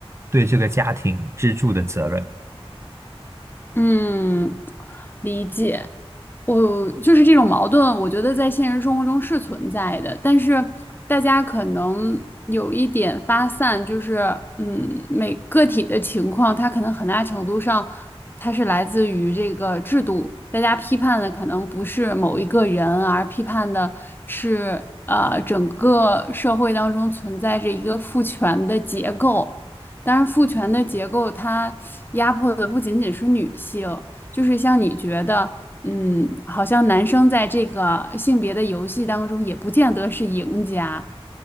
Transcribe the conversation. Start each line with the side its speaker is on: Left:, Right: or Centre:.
Right: 对这个家庭支柱的责任。
Left: 嗯，理解。我就是这种矛盾，我觉得在现实生活中是存在的，但是大家可能有一点发散，就是嗯，每个体的情况，它可能很大程度上，它是来自于这个制度。大家批判的可能不是某一个人，而批判的是呃整个社会当中存在着一个父权的结构。当然，父权的结构，它压迫的不仅仅是女性，就是像你觉得，嗯，好像男生在这个性别的游戏当中也不见得是赢家，